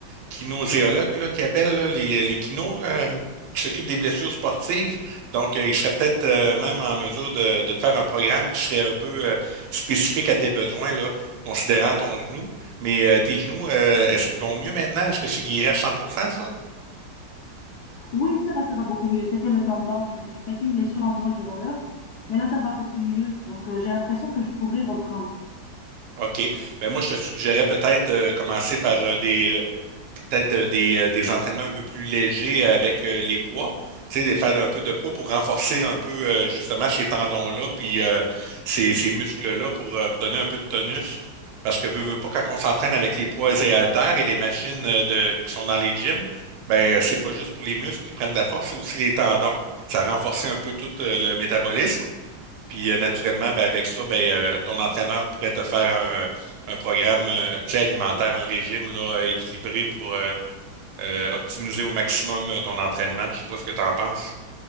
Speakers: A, on the right; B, on the left.
A: kinésiologues là, qui appellent là, les, les kinos euh, qui s'occupent des blessures sportives. Donc, euh, ils seraient peut-être euh, même en mesure de, de te faire un programme qui serait un peu euh, spécifique à tes besoins, là, considérant ton genou. Mais euh, tes genoux, euh, est-ce qu'ils vont mieux maintenant? Est-ce que c'est guéri à 100% ça?
B: Oui, ça va, ça va beaucoup mieux. C'était le tendon. Je me suis fait une blessure en faisant du roller, mais là, ça va beaucoup mieux. Donc, euh, j'ai l'impression que je pourrais reprendre.
A: OK. Ben moi, je te suggérais peut-être euh, commencer par euh, des euh, peut-être euh, des, euh, des entraînements un peu plus légers euh, avec euh, les poids. Tu sais, de faire un peu de poids pour renforcer un peu euh, justement ces tendons-là, puis euh, ces, ces muscles-là pour euh, redonner un peu de tonus. Parce que veux, veux pas, quand on s'entraîne avec les poids et haltères et les machines euh, de, qui sont dans les gyms, ben euh, c'est pas juste pour les muscles qui prennent de la force, c'est aussi les tendons. Ça renforce un peu tout euh, le métabolisme. Puis euh, naturellement, ben, avec ça, ben, euh, ton entraîneur pourrait te faire un, un programme euh, tu sais, alimentaire, un régime là, euh, équilibré pour euh, euh, optimiser au maximum euh, ton entraînement. Je sais pas ce que tu en penses.